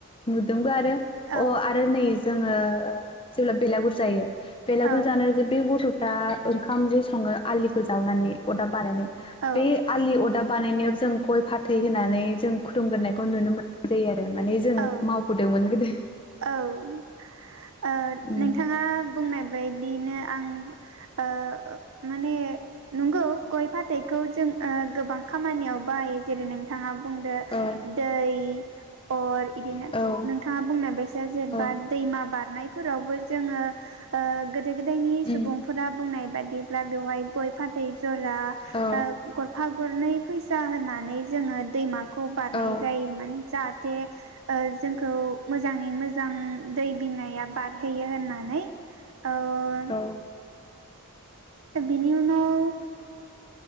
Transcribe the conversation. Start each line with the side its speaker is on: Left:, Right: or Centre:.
Left: नुदों दा आरो
Right: औ
Left: अ आरो नै जोंङो औ जेब्ला बेलागुर जायो बेलागुरल
Right: औ
Left: जानायाव जे बे गथ दा ओंखामजो सङो आलि खौ जावनानै अदाब बानायनानै
Right: औ
Left: बे आलि अदाब बानायनायाव जों गय फाथै होनानै जों खुलुमग्रोनायखौ नुनो <inaudible> जायो आरो माने जों
Right: औ
Left: मावबोदोंमोन गोदो
Right: औ ओ
Left: उम
Right: नोथांङा बुंनाय बायदिनो आं ओ माने नंगौ गय फाथैखौ जों ओ गोबां खामानियाव बाहायो जेरै नोंथाङा बुंदो
Left: औ
Right: दै फोर इदिनो
Left: ओ
Right: नोंथांङा बुंनाय बायसा जेनेबा
Left: औ
Right: दैमा बारनायफोरावबो जोंङो ओ गोदो गोदायनि सुबुंफोरा
Left: उम
Right: बुंनाय बाय दिब्ला बेवहाय गय फाथै जरा
Left: औ
Right: बा गरफा गरनै फैसा होनानै जोंङो दैमा खौ बारनाय
Left: औ
Right: जायोमोन। जाहाथ थे ओ जोंखौ मोजाङै मोजा जां दै बिमाया बारहोयो होननानै। ओ
Left: औ
Right: बिनि उनाव